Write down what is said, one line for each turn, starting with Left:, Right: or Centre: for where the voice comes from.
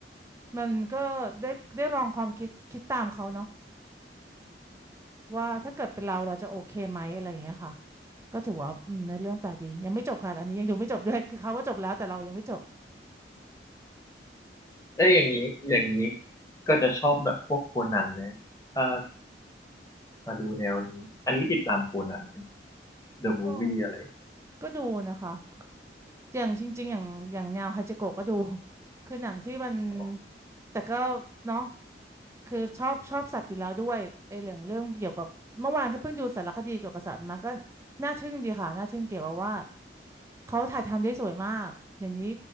Right: มันก็ได้ได้ลองความคิดคิดตามเขาเนาะว่าถ้าเกิดเป็นเราเราจะโอเคไหมอะไรอย่างเงี้ยค่ะก็ถือว่าอืมในอเรื่องแปลกดียังไม่จบค่ะอันนี้ยังดูไม่จบด้วยคือเขาว่าจบแล้วแต่เรายังไม่จบ
Left: เอ้ยอย่างนี้อย่างนี้ ก็จะชอบแบบพวกโคนันนะถ้ามาดูแนวนี้ อันนี้ติดตามโคนันเดอะมูฟวี่อะไร
Right: ก็ก็ดูนะคะอย่างจริงๆอย่างอย่างแนวฮาจิโกะก็ดู <laughs> คือหนังที่มัน
Left: อ๋อ
Right: แต่ก็เนาะ คือชอบชอบสัตว์อยู่แล้วด้วยไอ้เรื่องเรื่องเกี่ยวกับเมื่อวานก็เพิ่งดูสารคดีเกี่ยวกับสัตว์มาก็น่าทึ่งดีค่ะน่าทึ่งเกี่ยวกับว่าเขาถ่ายทำได้สวยมากอย่างนี้